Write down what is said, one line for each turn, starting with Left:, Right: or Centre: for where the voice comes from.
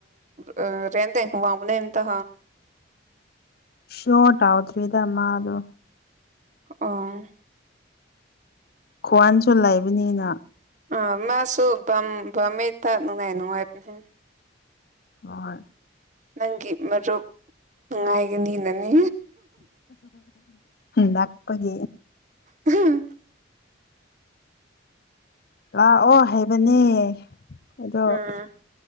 Right: ꯅ ꯔꯦꯟꯗ ꯋꯥꯃꯅ ꯏꯇ
Left: ꯁꯣꯠ <unintelligible> ꯎꯗ꯭ꯔꯔꯤ ꯏꯗ ꯃꯥ ꯑꯗꯨ
Right: ꯑꯣ
Left: ꯈ꯭ꯋꯥꯟꯁꯨ ꯂꯩꯕꯅꯤꯅ
Right: ꯑ ꯃꯥꯁꯨ ꯝꯃꯤ ꯇꯥꯛ ꯅꯨꯡꯉꯥꯏ ꯅꯨꯡꯉꯥꯏꯕꯅꯦ
Left: ꯑꯣꯏ
Right: ꯅꯪꯒꯤ ꯃꯔꯨꯞ ꯅꯨꯡꯉꯥꯏꯒꯅꯤꯅꯅꯤ
Left: ꯅꯄꯒꯤ
Right: ꯎꯝ
Left: ꯂꯥꯛꯑꯣ ꯍꯥꯏꯩꯕꯅꯦ ꯑꯗꯣ
Right: ꯎꯝ